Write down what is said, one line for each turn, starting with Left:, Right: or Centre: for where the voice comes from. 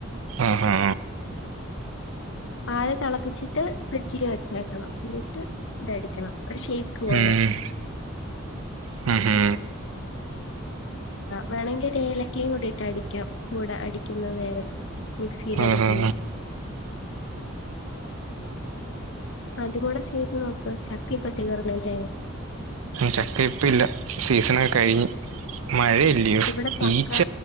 Right: ആഹാ
Left: പാല് തിളപ്പിച്ചിട്ട് ഫ്രിഡ്ജില് വെച്ചേക്കണം എന്നിട്ട് ഇതടിക്കണം ഒരു ഷേക്ക് പോലെ
Right: ഉം ഹും ഹു
Left: വേണങ്കി ഒരു ഏലക്കയും കൂടിട്ട് അടിക്കാം കൂടെ അടിക്കുന്ന നേരത്ത് മിക്സിയിലടിക്കുമ്പ
Right: ആഹാ
Left: അതും കൂടെ ചെയ്ത് നോക്ക് ചക്ക ഇപ്പ തീർന്നില്ലേ
Right: ചക്ക ഇപ്പ ഇല്ല സീസണൊക്കെ കഴിഞ്ഞ് മഴയല്ലിയോ
Left: ഇവിടെ ചക്ക
Right: ഈച്ച